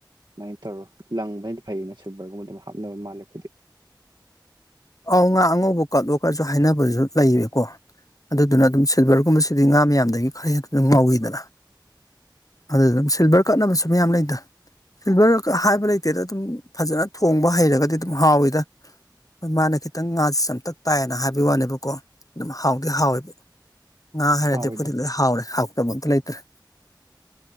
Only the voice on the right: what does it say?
ꯁꯨꯃꯥꯏꯅ ꯇꯧꯔꯣ ꯂꯪꯕꯅꯗꯤ ꯐꯩꯅ ꯁꯨꯕ꯭ꯔꯒꯨꯝꯕ ꯑꯗꯨꯝ ꯍꯥꯞꯅꯕ ꯃꯥꯜꯂꯦ ꯑꯩꯈꯣꯏꯗꯤ
ꯍꯥꯎꯋꯤꯗ